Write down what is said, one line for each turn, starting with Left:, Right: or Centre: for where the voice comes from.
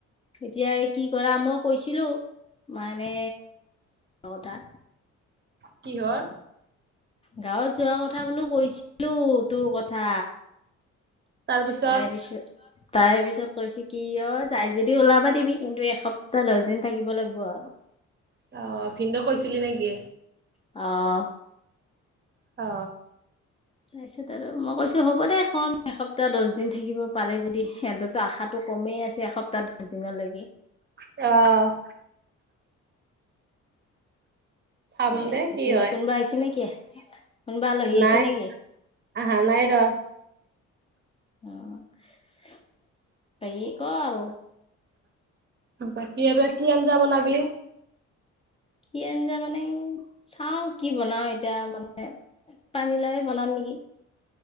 Left: এতিয়া কি কৰা মোক। কৈছিলোঁ, মানে নটা।
Right: কি হ'ল?
Left: গাঁৱত যোৱা কথা বোলো কৈছিলো তোৰ কথা।
Right: তাৰপিছত
Left: তাৰে পিছত। তাৰ পিছত কৈছে কি, অ' যায় যদি ওলাবা দিবি, কিন্তু এসপ্তাহ দহ দিন থাকিব লাগিব আৰু।
Right: অ ভিনদেউ কৈছিলি নেকি?
Left: অঁ।
Right: অ।
Left: তাৰপিছত আৰু মই কৈছো হ'ব দে কম এসপ্তাহ দছ দিন থাকিব পাৰে যদি সিহঁতৰতো আশাত টো কমেই আছে এসপ্তাহ দছ দিনলৈকে।
Right: অঁ। চাম
Left: এ
Right: দে
Left: পিছে
Right: কি হয়
Left: কোনোবা আহিছে নেকি? কোনবা আলহী আহিছে
Right: নাই
Left: নেকি?
Right: আহা
Left: নাই।
Right: ৰ
Left: <inaudible> বাকী ক আৰু।
Right: বাকী আৰু কি আঞ্জা বনাবি?
Left: কি আঞ্জা মানে চাও কি বনাও এতিয়া মানে পানী লাওয়েই বনাম নেকি,